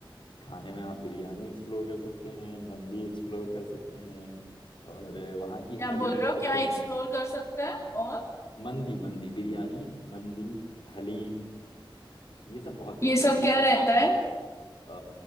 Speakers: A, on the left; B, on the left.
A: खाने में आप बिरयानी एक्सप्लोर कर सकते हैं मंदी एक्सप्लोर कर सकते हैं और अ, वहाँ की
B: क्या
A: हलीम
B: बोल रहे
A: बहुत
B: हो क्या
A: फेमस
B: एक्सप्लोर कर सकते हैं और
A: मंदी मंदी बिरयानी मंदी हलीम ये सब बहुत फेमस
B: ये सब
A: है
B: क्या रहता है
A: अ,